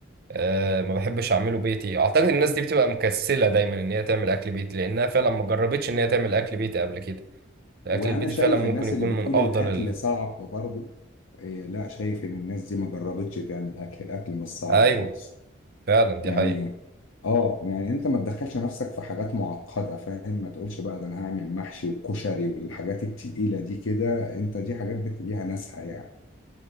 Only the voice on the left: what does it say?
وأنا
شايف
الناس
اللي بتقول
الأكل
صعب برضه إيه لا شايف إن الناس دي ما جربتش تعمل أكل الأكل مش صعب
خالص
يعني
اه يعني انت ما تدخلش نفسك في حاجات معقدة فاهم ما تقولش بقى ده انا هعمل محشي وكشري والحاجات التقيلة دي كده انت دي حاجات بت- ليها ناسها يعني